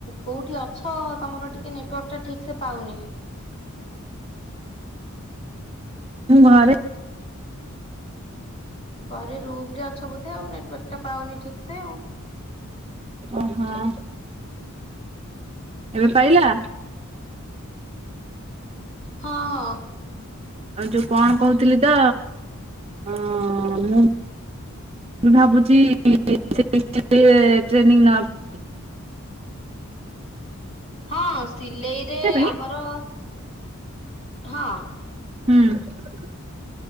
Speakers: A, on the left; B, on the right.
A: କୋଉଠି ଅଛ ତୋମର ଟିକେ ନେଟୱାର୍କ ଟା ଠିକ ସେ ପାଉନି।
B: ମୁଁ ଘରେ।
A: ଘରେ ରୁମ୍ ରେ ଅଛ ବୋଧେ ଆଉ ନେଟୱାର୍କ ଟା ପାଉନି ଠିକ ସେ ଆଉ।
B: ଓ ହଁ। ଏବେ ପାଇଲା?
A: ହଁ, ହଁ।
B: ଆଉ ଯୋଉ କଣ କହୁଥିଲି ତ ହଁ ମୁଁ ମୁଁ ଭାବୁଛି <inaudible> ଟ୍ରେନିଂ ନବା
A: ହଁ ସିଲେଇରେ
B: ପାଇଁ
A: ଆମର ହଁ
B: ହୁଁ।